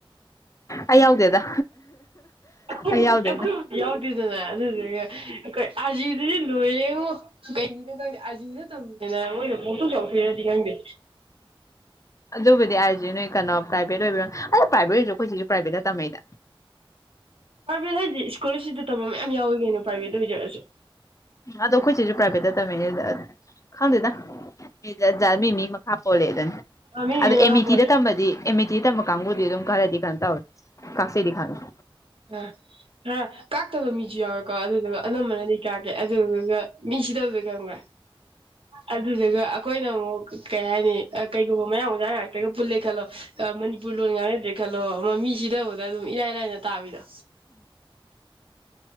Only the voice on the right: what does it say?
ꯑꯩꯈꯣꯏꯕꯨ
ꯑꯩꯈꯣꯏꯕꯨꯗꯤ ꯌꯥꯎꯗꯦꯗꯅ ꯑꯗꯨꯗꯨꯒ ꯑꯩꯈꯣꯏ ꯑꯥꯔꯖꯤꯌꯨꯗꯗꯤ ꯂꯣꯏꯔꯦꯉꯣ ꯀꯩꯒꯤꯅꯣ ꯈꯪꯗꯦ ꯑꯥꯔꯒꯤꯌꯨꯗ ꯇꯝꯃꯦꯅ ꯃꯣꯏꯗ ꯄꯣꯛꯇꯣꯛ ꯆꯥꯎꯄꯤꯏꯔꯗꯤ ꯈꯪꯗꯦ
ꯄ꯭ꯔꯥꯏꯚꯦꯠ ꯍꯥꯏꯗꯤ ꯏꯁꯤꯀꯣꯜꯂꯔꯁꯤꯞꯇꯥ ꯇꯝꯕ ꯃꯌꯥꯝ ꯌꯥꯎꯋ ꯀꯩꯅ ꯄ꯭ꯔꯥꯏꯚꯦꯠꯇ ꯑꯣꯏꯖꯔꯛꯑꯁꯨ
ꯃꯤ
ꯃꯤ ꯃꯈꯥ
ꯄꯣꯜꯂꯦ
ꯑ ꯈꯔ ꯀꯥꯛꯇꯕ ꯃꯤꯁꯨ ꯌꯥꯎꯋꯦ ꯀꯣ ꯑꯗꯨꯗꯨꯒ ꯑꯅꯝꯕꯅꯗꯤ ꯀꯥꯒꯦ ꯑꯗꯨꯗꯨꯒ ꯃꯤ ꯁꯤꯗꯕꯗꯣ ꯈꯪꯕ꯭ꯔꯥ ꯑꯗꯨꯗꯨꯒ ꯑꯩꯈꯣꯏꯅ ꯑꯃꯨꯛ ꯀꯩ ꯍꯥꯏꯅꯤ ꯀꯩꯒꯨꯝꯕ ꯃꯌꯥꯝ ꯑꯣꯖꯥ ꯉꯥꯛꯇꯒ ꯄꯨꯜꯂꯦ ꯈꯜꯂꯣ ꯃꯅꯤꯄꯨꯔ ꯂꯣꯟ ꯉꯥꯡꯅꯗ꯭ꯔꯦ ꯈꯜꯂꯣ ꯑꯃꯥ ꯃꯤꯁꯤꯗꯕꯗ ꯑꯗꯨꯝ ꯏꯔꯥꯏ ꯂꯥꯏꯅ ꯇꯕꯤꯗꯣ